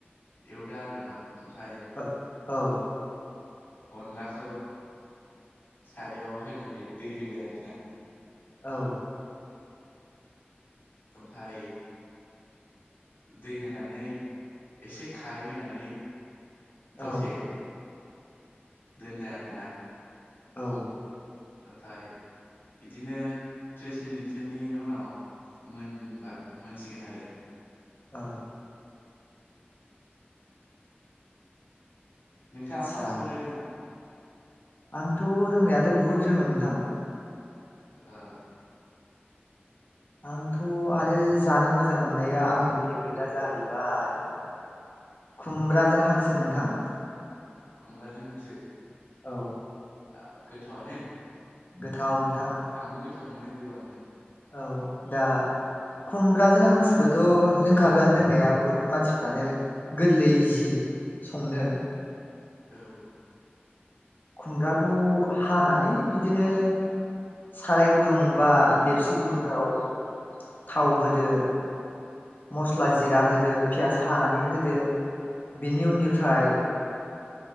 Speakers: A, on the left; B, on the left.
A: एवदा आरो मा ओमफाय
B: औ औ
A: अनलाखौ सारायाव होनानै दै होदो आरो ना
B: औ
A: ओमफाय दै होनानै एसे खारै होनानै दसे
B: औ
A: दोनदो आरो ना
B: औ
A: ओमफाय इदिनो थ्रिस मिनिटसोनि उनाव मोनबा मोनसिगोन आरो
B: अ
A: नोंथाङा
B: आदसा
A: मा संनो रोङो
B: आंथ' रोंनायाथ' बुहुद रोङो नोंथां
A: आ
B: आंथ' आरो जानो मोजां मोननाया आंनि फेभ्रेटआ जाहैबाय खुमब्राजों हांसो नोंथां
A: खुमब्राजों हांसो
B: औ
A: आ गोथावानो
B: गोथाव नोंथां
A: आंबो गोथाव मोनो गोबांनो
B: औ दा खुमब्राजों हांसोखौथ' रोंखागोन रोंनाया बहुत मानसिफ्रानो गोरलै इजि संनो
A: औ
B: खुमब्राखौ हानानै बिदिनो साराय गुदुं बा देबसि गुदुंफ्राव थाव होदो मस्ला जिरा होदो पियास हानानै होदो बेनि उननिफ्राय